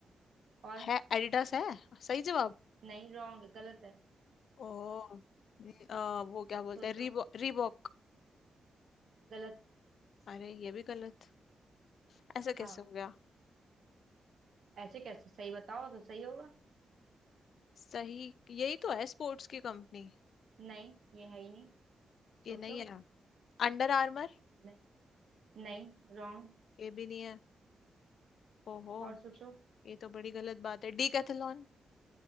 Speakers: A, on the right (about 70°); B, on the left (about 75°).
A: और
B: है एडिडास है सही जवाब
A: नहीं रॉन्ग गलत है
B: ओ न- आ, वो क्या बोलते
A: सोचो
B: हैं रीबॉक रीबॉक
A: गलत
B: अरे ये भी गलत ऐसा
A: हाँ
B: कैसे हो गया
A: ऐसे कैसे सही बताओ तो सही होगा
B: सही यही तो है स्पोर्ट्स की कंपनी
A: नहीं ये है ही नहीं सोचो
B: ये नहीं है Under Armour
A: नहीं नहीं रॉन्ग
B: ये भी नहीं है ओहो
A: और सोचो
B: ये तो बड़ी गलत बात है डीकैथलॉन